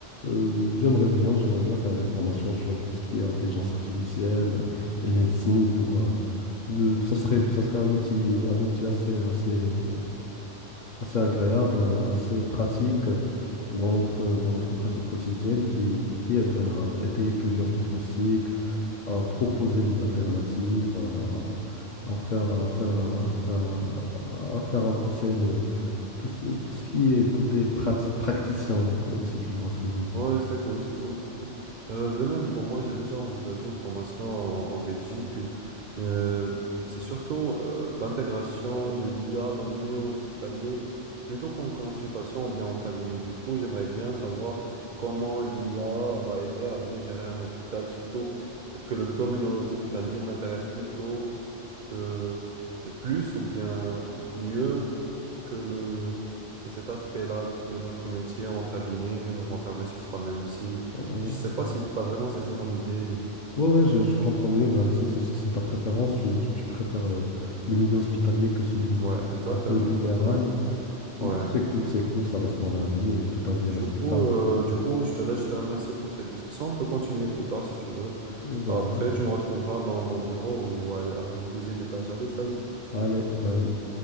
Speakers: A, on the left; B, on the right.
A: Euh, j'aimerais bien, j'aimerais bien faire des formations sur tout ce qui est intelligence artificielle et médecine pour, euh, euh, ça serait, ça serait un outil, un outil assez, assez, euh, assez agréable, euh, assez pratique dans notre, dans notre pratique quotidienne qui, qui aiderait à étayer plusieurs diagnostics, à proposer des alternatives, à, à faire, à faire, à faire, à faire avancer le, tout ce, tout ce qui est côté prati- praticien, quoi, si tu vois ce que je veux dire.
B: Ouais, c'est cool, c'est cool, c'est cool. Euh, de même, pour moi, j'ai déjà envisagé une formation en, en Belgique. Euh, c'est surtout euh, l'intégration de l'IA dans le milieu hospitalier, plutôt qu'en consultation ou bien en cabinet. Du coup, j'aimerais bien savoir comment l'IA va aider à mieux gérer un hôpital, surtout que le domaine hospitalier m'intéresse plutôt que plus ou bien mieux que le cet aspect-là de notre métier en cabinet, euh, renfermé sur soi-même. Si,
A: Ouais,
B: je sais pas si tu as vraiment saisi mon idée. euh.
A: ouais, ouais, je, je comprends mieux. Bah, c'est c'est- c'est- c'est ta préférence. Tu, tu, tu préfères euh, le milieu hospitalier que celui
B: Ouais, exactement,
A: un peu libéral.
B: exactement.
A: Bah,
B: Ouais.
A: c'est cool, c'est cool. Ça reste ton avis et tout avis est
B: Du
A: respectable.
B: coup, euh, du coup, je te laisse, je te remercie pour cette discussion. On peut continuer plus tard si tu veux.
A: Vas-y.
B: Après, tu me retrouveras dans mon bureau ou à- à- au deuxième étage. Allez, salut.
A: Allez, vas-y.